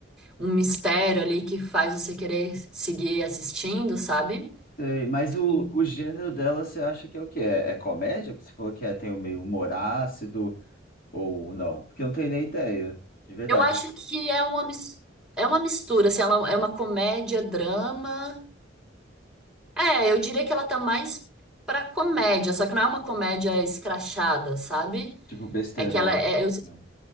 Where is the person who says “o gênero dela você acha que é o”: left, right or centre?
Left